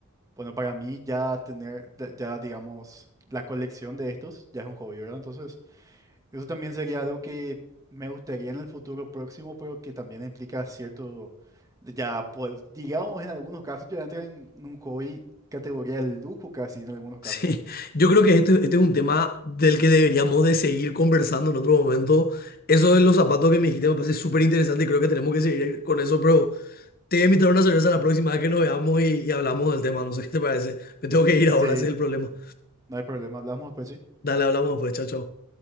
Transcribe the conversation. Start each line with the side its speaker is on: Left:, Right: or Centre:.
Right: bueno, para mí ya tener, de- ya digamos, la colección de estos ya es un hobby, ¿verdad? Entonces, eso también sería algo que me gustaría en el futuro próximo, pero que también implica cierto, ya, pues, digamos, en algunos casos ya entra en un hobby categoría de lujo casi, en algunos casos.
Left: Sí, yo creo que este, este es un tema del que deberíamos de seguir conversando en otro momento. Eso de los zapatos que me dijiste me parece súper interesante y creo que tenemos que seguir con eso, pero te voy a invitar a una cerveza la próxima vez que nos veamos y, y hablamos del tema. No sé qué te parece. Me tengo que ir ahora,
Right: Sí,
Left: ese es el problema.
Right: no hay problema, hablamos después, ¿sí?
Left: Dale, hablamos después, chao, chao.